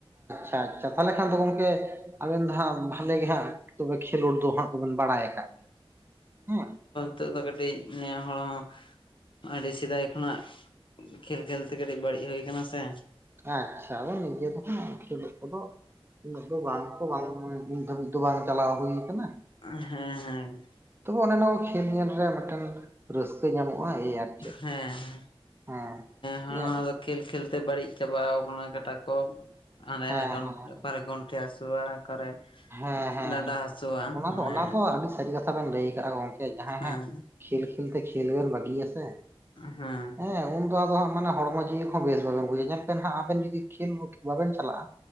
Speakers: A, on the right; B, on the left.
A: ᱟᱪᱪᱷᱟ ᱟᱪᱪᱷᱟ ᱛᱟᱦᱚᱞᱮ ᱠᱷᱟᱱ ᱫᱚ ᱜᱚᱝᱠᱮ ᱟᱵᱮᱱ ᱫᱚ ᱦᱟᱸᱜ ᱵᱷᱟᱞᱮ ᱜᱮ ᱦᱟᱸᱜ ᱛᱚᱵᱮ ᱠᱷᱮᱞᱳᱰ ᱫᱚ ᱦᱟᱸᱜ ᱵᱚᱱ ᱵᱟᱲᱟᱭ ᱟᱠᱟᱫ ᱜᱮᱭᱟ ᱦᱮᱸ,
B: ᱛᱳᱜ ᱫᱚ ᱠᱟᱹᱴᱤᱡ ᱱᱮ ᱦᱚᱲ ᱦᱚᱸ ᱟᱹᱰᱤ ᱥᱮᱫᱟᱭ ᱠᱷᱚᱱᱟᱜ ᱠᱷᱮᱞ ᱠᱷᱮᱞ ᱛᱮ ᱠᱟᱹᱴᱤᱡ ᱵᱟᱹᱲᱤᱡ ᱦᱩᱭ ᱠᱟᱱᱟ ᱥᱮ,
A: ᱟᱪᱪᱷᱟ ᱟᱫᱚ ᱱᱤᱡᱮ ᱫᱚ ᱦᱟᱸᱜ ᱠᱷᱸᱮᱞᱳᱜ ᱠᱚᱫᱚ ᱩᱱᱟᱹᱜ ᱫᱚ ᱵᱟᱝ ᱠᱚ ᱵᱟᱝ ᱱᱤᱛ ᱫᱷᱟᱹᱵᱤᱡ ᱫᱚ ᱵᱟᱝ ᱪᱟᱞᱟᱣ ᱦᱩᱭ ᱠᱟᱱᱟ,
B: ᱦᱮᱸ ᱦᱮᱸ
A: ᱛᱚᱵᱮ ᱚᱱᱮ ᱚᱱᱟ ᱠᱚ ᱠᱷᱮᱞ ᱧᱮᱞ ᱨᱮᱭᱟᱜ ᱢᱮᱫᱴᱮᱱ ᱨᱟᱹᱥ ᱠᱟᱹ ᱧᱟᱢᱚᱜ-ᱟ ᱮᱭ ᱟᱨ ᱪᱮᱫ
B: ᱦᱮᱸ ᱦᱮᱸ
A: ᱦᱮᱸ
B: ᱦᱚᱲᱢᱚ
A: ᱧᱮᱞ
B: ᱫᱚ ᱠᱷᱮᱞ ᱠᱷᱮᱞ ᱛᱮ ᱵᱟᱹᱲᱤᱡ ᱪᱟᱵᱟᱣ ᱠᱟᱱᱟ ᱠᱟ ᱴᱟ ᱠᱚ ᱦᱟᱱᱮ
A: ᱦᱮᱸ
B: ᱜᱚᱱ
A: ᱦᱮᱸ
B: ᱚᱠᱟᱨᱮ ᱜᱚᱱᱴᱷᱮ ᱦᱟᱥᱩᱣᱟ ᱚᱠᱟᱨᱮ
A: ᱦᱮᱸ ᱦᱮᱸ
B: ᱰᱟᱸᱰᱟ ᱦᱟᱹᱥᱩᱣᱟ
A: ᱚᱱᱟ
B: ᱢᱟᱱᱮ
A: ᱫᱚ ᱚᱱᱟ ᱫᱚ ᱟᱹᱰᱤ ᱥᱟᱹᱨᱤ ᱠᱟᱛᱷᱟ ᱛᱟ ᱵᱮᱱ ᱞᱟᱹᱭ ᱠᱟᱜ-ᱟ ᱜᱚᱝᱠᱮ ᱡᱟᱦᱟᱸᱭ
B: ᱦᱮᱸ
A: ᱦᱟᱸᱜ ᱠᱷᱮᱞ ᱠᱷᱮᱞ ᱛᱮ ᱠᱷᱮᱞ ᱵᱮᱱ ᱵᱟᱹᱜᱤᱭᱟ ᱥᱮ
B: ᱦᱮᱸ
A: ᱦᱮᱸ ᱩᱱᱫᱚ ᱟᱫᱚ ᱦᱟᱸᱜ ᱢᱟᱱᱮ ᱦᱚᱲᱢᱚ ᱡᱤᱣᱤ ᱠᱚᱦᱚᱸ ᱵᱮᱥ ᱵᱟᱵᱮᱱ ᱵᱩᱡᱟ ᱧᱮᱞ ᱵᱮᱱ ᱦᱟᱸᱜ ᱟᱵᱮᱱ ᱡᱩᱫᱤ ᱠᱷᱮᱞ ᱵᱟᱵᱮᱱ ᱪᱟᱞᱟᱜ-ᱟ